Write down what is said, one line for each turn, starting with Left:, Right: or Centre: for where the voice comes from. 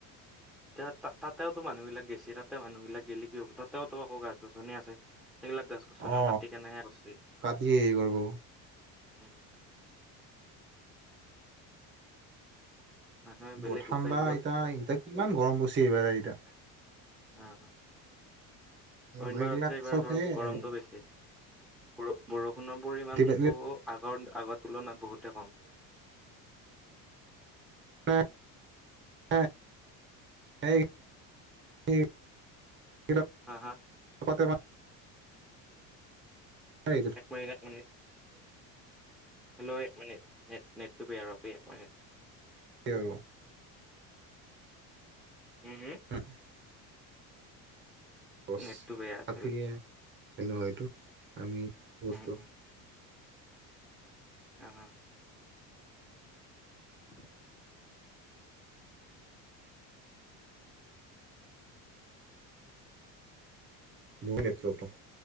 Centre: এতিয়া তা-তাতেওতো মানুহবিলাক গেছি, তাতে মানুহবিলাক গেলে কি হ'ব তাতেও আকৌ গাছ গছনি আছে। হেইবিলাক গছ গছনিও
Right: অ
Centre: কাটি কেনে হে কৰ্চি,
Right: কাটি হেৰি কৰিব
Centre: উম। মানুহে
Right: <unintelligible>
Centre: বেলেগ উপায় কিবা
Right: এতা এতিয়া কিমান গৰম পৰিছে এইবাৰ এতিয়া।
Centre: অ' অইনবাৰত
Right: ঘড়ীবিলাক
Centre: চাই এইবাৰ
Right: চব
Centre: ধৰ
Right: সেয়ে
Centre: গৰমটো
Right: আৰু
Centre: বেছি। বৰ-বৰষুণৰ পৰিমাণটো
Right: আল্টিমেটলি
Centre: আগৰ আগৰ তুলনাত বহুতে কম।
Right: <unintelligible> <unintelligible>
Centre: হা, হা?
Right: <unintelligible> <unintelligible>
Centre: এক মিনিট, এক মিনিট। হেল্ল' এক মিনিট, নেট-নেটটো বেয়া, ৰ'বা এক মিনিট।
Right: <unintelligible>
Centre: উম
Right: <unintelligible>
Centre: হম
Right: গছ
Centre: নেটটো বেয়া আছিল
Right: কাটিলে <unintelligible> আমি সেইটো হয়টো আমি বস্তু
Centre: উম উম <unintelligible> <inaudible>
Right: মোৰ <unintelligible>